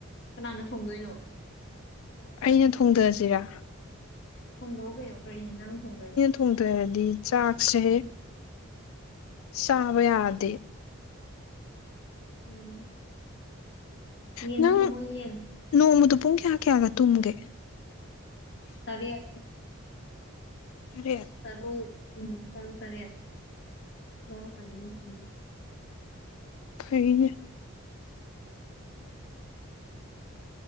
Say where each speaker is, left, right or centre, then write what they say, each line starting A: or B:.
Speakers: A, on the left (about 50°); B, on the left (about 75°).
A: ꯀꯅꯥꯅ ꯊꯣꯡꯗꯣꯏꯅꯣ
B: ꯑꯩꯅ ꯊꯣꯡꯗꯁꯤꯔ
A: ꯍꯣꯡꯗꯧ ꯀꯩꯅꯣ ꯀꯔꯤ ꯌꯦꯟꯖꯥꯡ ꯊꯣꯡꯗꯣꯏꯅꯣ
B: ꯊꯣꯡꯗꯅꯗꯤ ꯆꯥꯛꯁꯦ ꯆꯥꯕ ꯌꯥꯗꯦ
A: ꯎꯝ ꯌꯦꯟ
B: ꯅꯪ
A: ꯊꯣꯡꯉꯣ ꯌꯦꯟ
B: ꯅꯣꯡꯃꯗ ꯄꯨꯡ ꯀꯌꯥ ꯀꯌꯥꯒ ꯇꯨꯝꯒꯦ
A: ꯇꯥꯔꯦꯠ
B: ꯇꯥꯔꯠ
A: ꯇꯔꯨꯛ ꯎꯝ ꯇꯔꯨꯛ ꯇꯔꯦꯠ ꯂꯧꯔꯛꯀꯅꯤ ꯎꯝ ꯎꯝ <unintelligible>
B: ꯐꯩꯌꯦ